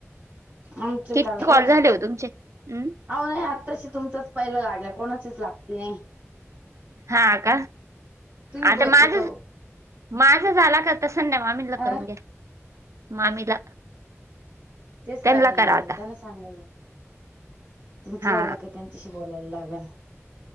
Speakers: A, on the right; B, on the right.
A: आमचे
B: किती
A: काल
B: कॉल
A: काय
B: झाले हो तुमचे अं?
A: अहो नाही आत्ताशी तुमचाच पहिला लागला. कोणाचेच लागत नाही.
B: हा का?
A: तुम्ही
B: आता
A: बोलते
B: माझ
A: तो
B: माझं झाला का संध्या मावश म्हणलं
A: अ
B: करून घ्या मामीला.
A: तेच
B: त्यांना
A: करायला
B: करा
A: लागेल
B: आता
A: त्यांना सांगायला तुमच झाला
B: हा
A: का? त्यांच्याशी बोलाव लागेल.